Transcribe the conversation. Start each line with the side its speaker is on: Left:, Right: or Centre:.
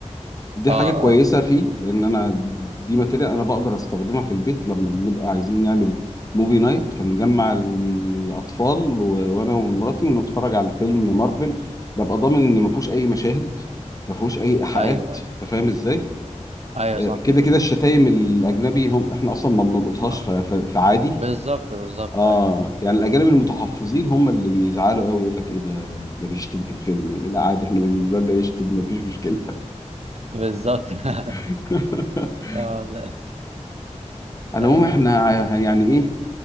Left: دي
Right: اه
Left: حاجة
Right: اه
Left: كويسة فيه لأن أنا دي ماتيريال أنا بقدر أستخدمها في البيت لما بنبقى عايزين نعمل موفي نايت فنجمع الأطفال و- وأنا ومراتي ونتفرج على فيلم مارفل ببقى ضامن إن ما فيهوش
Right: م.
Left: أي مشاهد ما فيهوش أي إيحاءات
Right: ايوه ايوه
Left: أنت فاهم إزاي؟
Right: ايوه
Left: آه،
Right: صح
Left: كده كده
Right: م.
Left: الشتايم الأجنبي هم إحنا أصلا ما بنلقطهاش
Right: م.
Left: ف- ف- فعادي
Right: بالظبط بالظبط
Left: آه
Right: ايوه
Left: يعني الأجانب المتحفظين هم اللي بيزعلوا قوي يقول لك إيه ده ده بيشتم في الفيلم إيه لا عادي إحنا بالنسبة لنا يشتم مفيش مشكلة
Right: <laughs> بالظبط <laughs>
Left: <laughs>
Right: اه لا.
Left: على
Right: آه.
Left: العموم احنا ع- يعني ايه